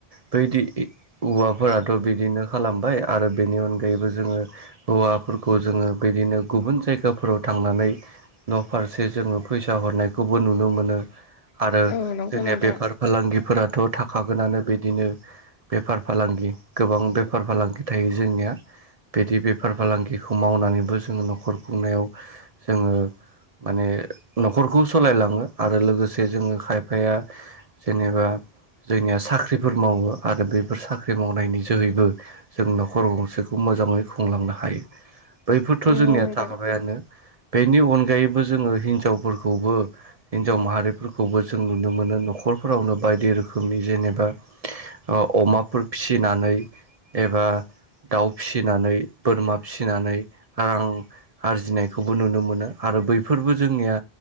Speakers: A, on the right (about 45°); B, on the left (about 80°).
A: बैदि हुवाफोराथ' बिदिनो खालामबाय आरो बेनि अनगायैबो जों जोङो हौवाफोरखौ जोङो बिदिनो गुबुन जायगाफोराव थांनानै न'फारसे जोङो फैसा हरनायखौबो नुनो मोनो आरो
B: औ नंगौ
A: जोंनिया
B: नोंथां
A: बेफार फालांगिफोराथ' थाखागोनानो बिदिनो बेफार फालांगि गोबां बेफार-फालांगि थायो जोंनिया बिदि बेफार फालांगिखौ मावनानैबो जोंङो न'खर खुंनायाव जोङो माने न'खरखौ सालायलाङो आरो लोगोसे जोङो खायफाया जेनेबा जोंनिया साख्रिफोर मावो आरो बेफोर साख्रि मावनायनि जोहैबो जों न'खर गंसेखौ मोजाङै खुंलांनो हायो बैफोरथ'
B: नंगौ
A: जोंनिया
B: नोंथां
A: थाखाबायानो बेनि अनगायैबो जोङो हिनजावफोरखौबो हिनजाव माहारिफोरखौबो जों नुनो मोनो न'खर न'खरफोरावनो बायदि रोखोमनि जेनेबा ओ अमाफोर फिसिनानै एबा दाउ फिसिनानै बोरमा फिसिनानै रां आरजिनायखौबो नुनो मोनो आरो बैफोरबो जोंनिया